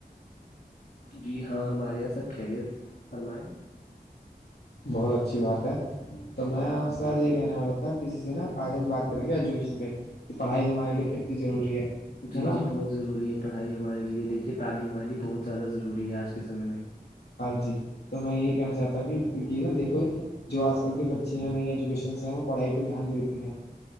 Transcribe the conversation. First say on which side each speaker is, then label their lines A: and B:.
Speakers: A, on the left (about 55°); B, on the left (about 80°).
A: جی ہاں ہمارے یہاں سب خیریت فرمائیں
B: بہت اچھی بات ہے تو میں آپ سے آج یہ کہنے والا تھا کسی سے نا آج ہم بات کریں گے ایجوکیشن پہ کہ پڑھائی ہمارے لیے کتنی ضروری ہے
A: جی
B: ہے نا
A: جی بہت ضروری ہے پڑھائی ہمارے لیے دیکھیے تعلیم والی بہت زیادہ ضروری ہے آج کے سمے میں
B: ہاں جی تو میں یہی کہنا چاہتا کہ یہ نہا دیکو جو آج کل کے بچے ہیں نئی ایجوکیشنس ہیں وہ پڑھائی پہ دھیان نہیں دیتی ہیں